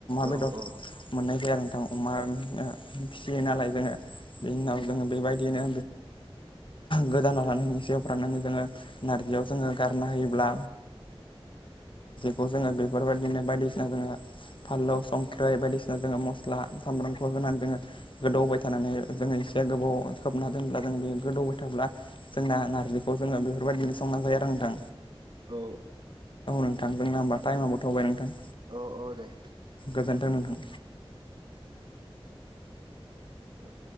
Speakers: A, on the left (about 55°); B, on the right (about 50°).
A: बेदर
B: औ औ।
A: मोननाय जाया नोंथां अमा फिसियो नालाय जोङो बिनि उनाव जोङो बेबायदिनो। गोदान एवफ्रामनांगोन जोङो नारजियाव जोङो गारना होयोब्ला। खौ जोङो बेफोरबायदिनो बायदिसिना जोङो फानलौ संख्रि बायदिसिना जोङो मस्ला सामब्रामखौ होनानै जोङो गोदौहोबाय थानानै जोङो। बे गोबाव खोबना दोनब्ला जों बे गोदौबाय थाब्ला। जोंना नारजिखौ जोङो बेफोरबायदिनो संना जायो आरो नोंथां।
B: औ
A: नोंथां जोंना होमबा टाइमाबो थौबाय नोंथां
B: औ औ दे
A: गोजोन्थों नोंथां।
B: औ।